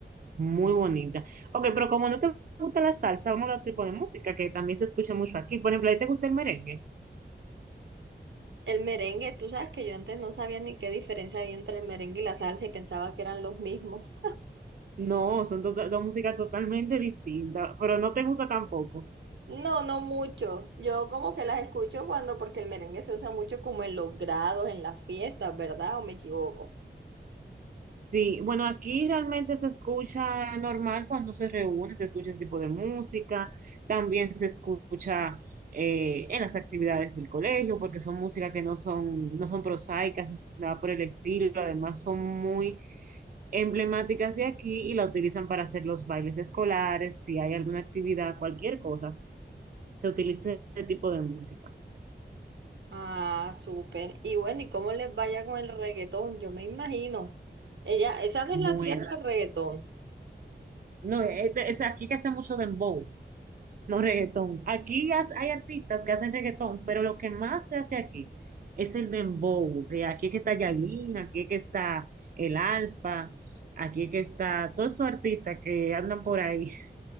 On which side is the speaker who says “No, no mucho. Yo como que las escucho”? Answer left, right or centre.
Right